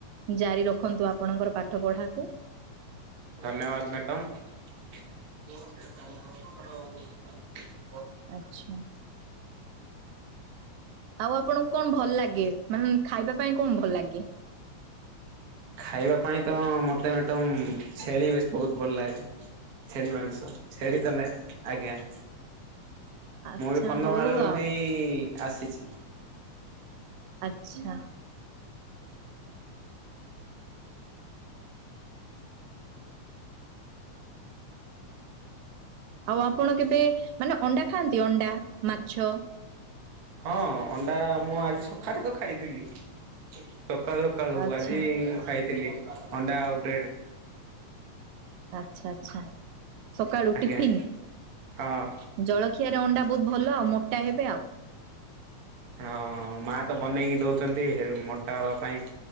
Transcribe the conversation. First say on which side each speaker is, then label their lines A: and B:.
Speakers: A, on the right; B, on the right.
A: ଜାରି ରଖନ୍ତୁ ଆପଣଙ୍କର ପାଠ ପଢ଼ାକୁ।
B: ଧନ୍ୟବାଦ ମ୍ୟାଟମ୍। <inaudible>
A: ଆଚ୍ଛା। ଆଉ ଆପଣଙ୍କୁ କଣ ଭଲ ଲାଗେ ମାନେ ଖାଇବା ପାଇଁ କଣ ଭଲ ଲାଗେ?
B: ଖାଇବା ପାଇଁ ତ ମତେ ମ୍ୟାଡାମ୍ ଛେଳି ବେଶ ବହୁତ ଭଲ ଲାଗେ। ଛେଳି ମାଂସ ଛେଳି ତ ନାଇଁ ଆଜ୍ଞା।
A: ଆଚ୍ଛା
B: ମୁଁ ବି କନ୍ଧମାଳରୁ
A: ହଉ ଆଉ
B: ହିଁ ଆସିଛି।
A: ଆଚ୍ଛା। ଆଉ ଆପଣ କେବେ ମାନେ ଅଣ୍ଡା ଖାଆନ୍ତି ଅଣ୍ଡା ମାଛ
B: ହଁ ଅଣ୍ଡା ମୁଁ ଆଜି ସକାଳେ ତ ଖାଇଥିଲି ସକାଳୁ ସକାଳୁ
A: ଆଚ୍ଛା।
B: ଆଜି ମୁଁ ଖାଇଥିଲି ଅଣ୍ଡା ଆଉ ବ୍ରେଡ଼।
A: ଆଚ୍ଛା ଆଚ୍ଛା ସକାଳୁ
B: ଆଜ୍ଞା
A: ଟିଫିନ୍
B: ହଁ
A: ଜଳ ଖିଆରେ ଅଣ୍ଡା ବହୁତ ଭଲ ଆଉ ମୋଟା ହେବେ ଆଉ।
B: ହଁ ମା ତ ବନେଇକି ଦଉଛନ୍ତି ହେ ମୋଟା ହବା ପାଇଁ